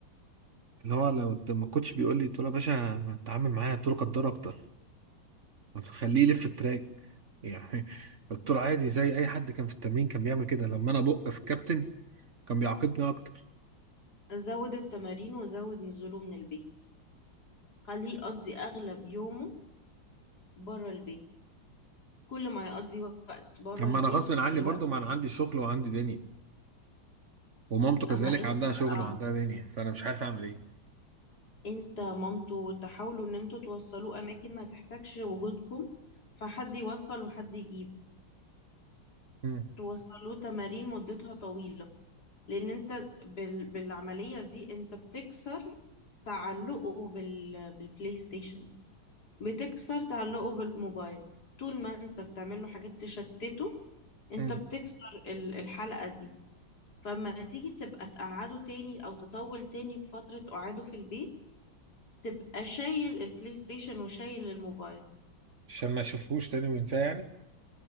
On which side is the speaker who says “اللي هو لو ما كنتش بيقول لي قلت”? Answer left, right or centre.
Right